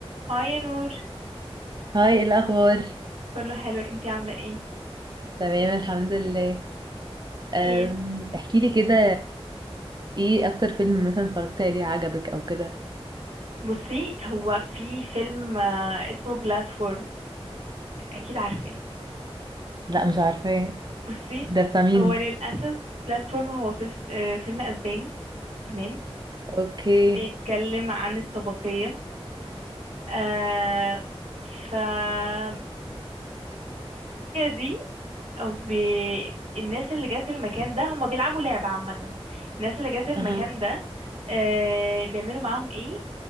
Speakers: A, on the right; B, on the right.
A: هاي يا نور
B: هاي إيه الأخبار
A: كله حلو انتي عاملة ايه
B: تمام الحمد لله أم،
A: ايه
B: احكي لي كده ايه أكتر فيلم مثلا اتفرجت عليه عجبك أو كده
A: بصي هو في فيلم آه، اسمه بلاتفورم اكيد عارفاه
B: لا مش عارفة
A: بصي
B: ده بتاع مين
A: هو للأسف بلاتفورم هو فيل- آه، فيلم اسباني تمام
B: اوكي
A: بيتكلم عن الطبقية آه فالطبقية دي او بي... الناس اللي جات المكان ده هما بيلعبوا لعبة عامة الناس اللي جات المكان
B: اها
A: ده آه بيعملوا معاهم ايه